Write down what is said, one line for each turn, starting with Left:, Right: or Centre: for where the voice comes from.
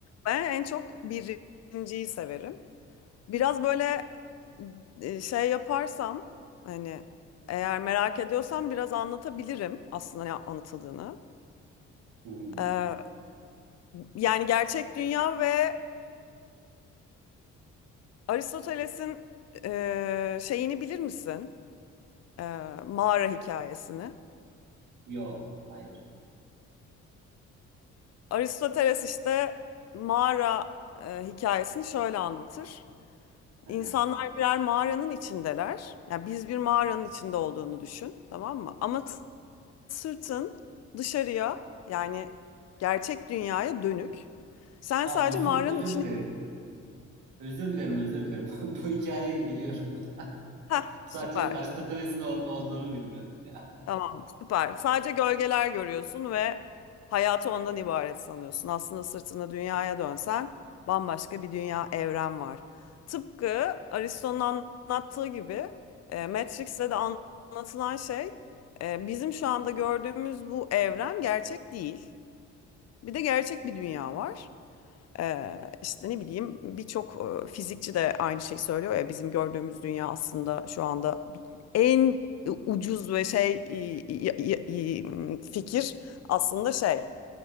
Left: Ben en çok birinciyi severim. Biraz böyle e, şey yaparsam hani eğer merak ediyorsam biraz anlatabilirim aslında ne anlatıldığını.
Right: Hmm,
Left: Ee, yani gerçek dünya ve Aristoteles'in e, şeyini bilir misin? e, mağara hikayesini.
Right: yok hayır.
Left: Aristoteles işte mağara e, hikayesini şöyle anlatır.
Right: Hı
Left: İnsanlar
Right: hı.
Left: birer mağaranın içindeler. Yani biz bir mağaranın içinde olduğunu düşün, tamam mı? Ama s- sırtın dışarıya yani gerçek dünyaya dönük. Sen
Right: Aa,
Left: sadece
Right: özür,
Left: mağaranın
Right: özür
Left: içine...
Right: dilerim. Özür dilerim özür dilerim. <laughs> Bu hikayeyi biliyorum.
Left: Heh,
Right: Sadece
Left: süper.
Right: Aristoteles'in ol- olduğunu bilmiyordum ya.
Left: Tamam, süper. Sadece gölgeler görüyorsun ve hayatı ondan ibaret sanıyorsun. Aslında sırtında dünyaya dönsen bambaşka bir dünya, evren var. Tıpkı Aristo'nun anlattığı gibi e, Matrix'te de anlatılan şey e, bizim şu anda gördüğümüz bu evren gerçek değil. Bir de gerçek bir dünya var. Ee, işte ne bileyim birçok e, fizikçi de aynı şeyi söylüyor ya bizim gördüğümüz dünya aslında şu anda en ucuz ve şey i- i- i- fikir aslında şey